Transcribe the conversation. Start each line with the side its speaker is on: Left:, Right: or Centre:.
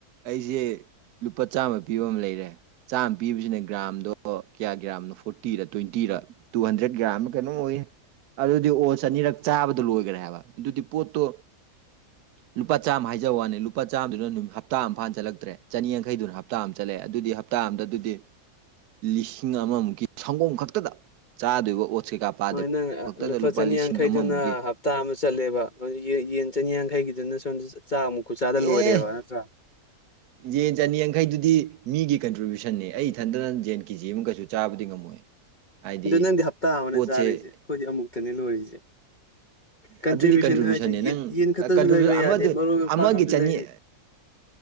Right: ꯑꯩꯁꯦ ꯂꯨꯄꯥ ꯆꯥꯝꯃ ꯄꯤꯕ ꯑꯃ ꯂꯩꯔꯦ ꯆꯥꯝꯃ ꯄꯤꯕꯁꯤꯅ ꯒ꯭ꯔꯥꯝꯗꯣ ꯀꯌꯥ ꯒ꯭ꯔꯥꯝꯅꯣ ꯐꯣꯔꯇꯤꯗ ꯇ꯭ꯋꯦꯟꯇꯤꯔ ꯇꯨ ꯍꯟꯗ꯭ꯔꯦꯠ ꯒ꯭ꯔꯥꯝꯅ ꯀꯩꯅꯣ ꯑꯣꯏꯌꯦ ꯑꯗꯨꯗꯤ ꯑꯣꯆ ꯑꯅꯤꯔꯛ ꯆꯥꯕꯗ ꯂꯣꯏꯈ꯭ꯔꯦ ꯍꯥꯏꯕ ꯑꯗꯨꯗꯤ ꯄꯣꯠꯇꯣ ꯂꯨꯄꯥ ꯆꯥꯝꯃ ꯍꯥꯏꯖꯕ ꯋꯥꯅꯤ ꯂꯨꯄꯥ ꯆꯥꯝꯃꯗꯨꯅ ꯅꯨꯃꯤꯠ ꯍꯞꯇꯥ ꯑꯝꯐꯥꯅ ꯆꯜꯂꯛꯇ꯭ꯔꯦ ꯆꯅꯤ ꯌꯥꯡꯈꯩꯗꯨꯅ ꯍꯞꯇꯥ ꯑꯃ ꯆꯠꯂꯦ ꯑꯗꯨꯗꯤ ꯍꯞꯇꯥ ꯑꯝꯗ ꯑꯗꯨꯗꯤ ꯂꯤꯁꯤꯡ ꯑꯃꯃꯨꯛꯀꯤ ꯁꯪꯒꯣꯝ ꯈꯛꯇꯗ ꯆꯥꯗꯣꯏꯕ ꯑꯣꯠꯁ ꯀꯩꯀꯥ ꯄꯥꯗꯕꯤ
Left: ꯍꯣꯏ ꯅꯪ ꯑ
Right: ꯈꯛꯇꯗ
Left: ꯂꯨꯄꯥ ꯆꯅꯤ
Right: ꯂꯤꯁꯤꯡ
Left: ꯌꯪꯈꯩꯗꯨꯅ
Right: ꯑꯃꯃꯨꯛꯀꯤ
Left: ꯍꯞ ꯇꯥ ꯑꯃ ꯆꯠꯂꯦꯕ ꯌꯦ ꯌꯦꯟ ꯆꯅꯤꯌꯥꯡꯈꯩꯒꯤꯗꯨꯅ ꯁꯣꯝꯗ ꯆꯥꯃꯨꯛ ꯈꯨꯠꯆꯥꯥꯗ
Right: ꯑꯦ
Left: ꯂꯣꯏꯔꯦꯕ ꯅꯠꯇ꯭ꯔꯥ
Right: ꯌꯦꯟ ꯆꯅꯤ ꯌꯥꯡꯈꯩꯗꯨꯗꯤ ꯃꯤꯒꯤ ꯀꯟꯇ꯭ꯔꯤꯕ꯭ꯌꯨꯁꯟꯅꯦ ꯑꯩ ꯏꯊꯟꯗꯅ ꯌꯦꯟ ꯀꯦꯖꯤ ꯑꯃ ꯀꯩꯁꯨ ꯆꯥꯕꯗꯤ ꯉꯝꯃꯣꯏ ꯍꯥꯏꯗꯤ
Left: ꯑꯗꯣ ꯅꯪꯗꯤ ꯍꯞꯇꯥ ꯑꯃꯗ
Right: ꯄꯣꯠꯁꯦ
Left: ꯆꯥꯔꯤꯗꯨꯗꯤ ꯈꯣꯏꯗꯤ ꯑꯃꯨꯛꯇꯅꯦ ꯂꯣꯏꯔꯤꯁꯦ ꯀꯟꯇ꯭ꯔꯤꯕ꯭ꯌꯨꯁꯟ
Right: ꯑꯗꯨꯗꯤ ꯀꯟꯇ꯭ꯔꯤꯕ꯭ꯌꯨꯁꯟꯅꯦ
Left: ꯍꯥꯏꯁꯦ
Right: ꯅꯪ
Left: ꯌꯦ ꯌꯦꯟ ꯈꯛꯇꯁꯨ
Right: ꯀꯟꯇ꯭ꯔꯤꯕ꯭ꯌꯨꯁꯟ
Left: ꯂꯩꯕ
Right: ꯑꯃꯗ
Left: ꯌꯥꯗꯦ ꯃꯔꯣꯏ ꯃꯄꯥꯡ
Right: ꯑꯃꯒꯤ
Left: ꯑꯃꯁꯨ
Right: ꯆꯅꯤ
Left: ꯂꯩꯔꯤ